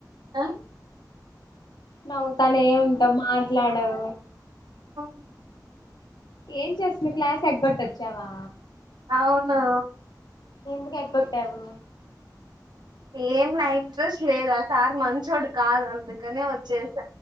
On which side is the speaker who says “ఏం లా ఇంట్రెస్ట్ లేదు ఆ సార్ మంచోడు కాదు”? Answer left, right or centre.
Right